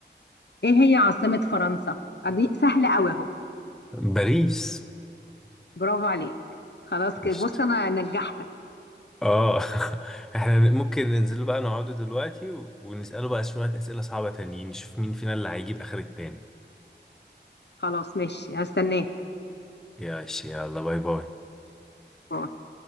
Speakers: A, on the left; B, in the centre.
A: ايه هي عاصمة فرنسا؟ دي سهلة قوي اهو
B: باريس
A: برافو عليك خلاص كده
B: قشطة
A: بص انا نجحتك
B: اه <laughs> احنا ممكن ننزل بقى نقعد دلوقتي و- ونسأله بقى شوية أسئلة صعبة تانيين نشوف مين فينا اللي هيجيب اخر التاني
A: خلاص ماشي هستناك
B: يا يلا باي باي
A: باي.